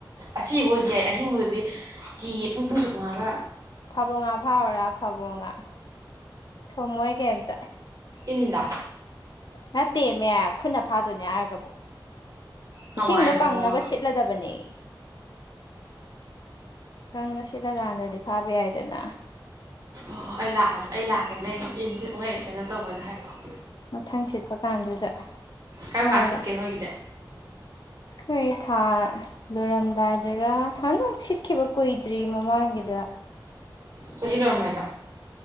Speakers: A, on the right; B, on the left.
A: ꯑꯁꯤꯕꯨ ꯑꯣꯏꯔꯗꯤ ꯌꯥꯏ ꯑꯍꯤꯡꯕꯗꯗꯤ ꯀꯤ ꯄꯨꯡꯐꯨꯟ ꯆꯨꯉꯥꯒ
B: ꯐꯥꯕꯣ ꯉꯥ ꯐꯥꯎꯔꯔꯥ ꯐꯥꯕꯣ ꯉꯥ ꯊꯣꯃꯣꯏ ꯀꯩꯝꯇ
A: ꯏꯗ
B: ꯅꯠꯇꯦꯃꯦ ꯈꯨꯅ ꯐꯥꯗꯣꯏꯅꯦ ꯍꯥꯏꯔꯒꯕꯨ
A: ꯀꯃꯥꯏꯅ
B: ꯏꯁꯤꯡꯗ
A: ꯐꯕꯣꯉꯥ
B: ꯀꯪꯅꯕ ꯁꯤꯠꯂꯗꯕꯅꯤ ꯀꯪꯁꯤꯗꯀꯥꯟꯗꯗꯤ ꯐꯥꯕ ꯌꯥꯏꯗꯅ
A: ꯑꯣ ꯑꯩ ꯂꯥꯛꯑꯁꯦ ꯑꯩ ꯂꯥꯛꯀꯦꯅꯦ ꯑꯩ ꯏꯟꯁꯤꯤꯠꯉꯩ ꯀꯩꯅꯣ ꯇꯧꯕꯗ ꯍꯥꯏꯔꯛꯑꯣ
B: ꯃꯊꯪ ꯁꯤꯠꯄ ꯀꯥꯟꯗꯨꯗ
A: ꯀꯔꯝ
B: ꯐꯔꯣ
A: ꯀꯥꯟ ꯁꯤꯠꯀꯦ ꯅꯣꯏꯒꯤꯗꯤ
B: ꯍꯣꯏ ꯊꯥ ꯂꯣꯏꯔꯝꯗꯥꯏꯗꯔ ꯍꯟꯗꯛ ꯁꯤꯠꯈꯤꯕ ꯀꯨꯏꯗ꯭ꯔꯤ ꯃꯃꯥꯡꯒꯤꯗ
A: ꯆꯍꯤ ꯂꯣꯏꯔꯝꯗꯥꯏꯗ